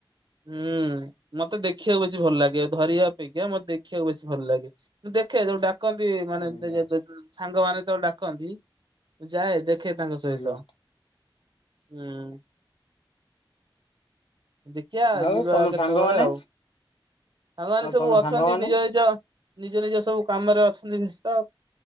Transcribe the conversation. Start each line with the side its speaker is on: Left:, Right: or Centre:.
Right: ହୁଁ ମତେ ଦେଖିବାକୁ ବେଶୀ ଭଲ ଲାଗେ ଧରିବା ଅପେକ୍ଷା ମତେ ଦେଖିବାକୁ ବେଶୀ ଭଲ ଲାଗେ। ମୁଁ ଦେଖେ ଯୋଉ ଡାକନ୍ତି ମାନେ
Left: ଆଜ୍ଞା
Right: <unintelligible> ସାଙ୍ଗମାନୋନ ତୋଳେ ଡାକନ୍ତି ମୁଁ ଯାଏ ଦେଖେ ତାଙ୍କ ସହିତ।
Left: ଆଜ୍ଞା
Right: ହୁଁ। ଖିଆ
Left: ଆଉ
Right: ଯିବା
Left: ତମ
Right: କେତବେଳେ
Left: ସାଙ୍ଗମାନେ
Right: ଆଉ ସାଙ୍ଗମାନେ
Left: ଆଉ
Right: ସବୁ
Left: ତମ
Right: ଅଛନ୍ତି
Left: ସାଙ୍ଗମାନେ
Right: ନିଜ ନିଜ ନିଜ ନିଜ ସବୁ କାମରେ ଅଛନ୍ତି ଭିସ୍ତ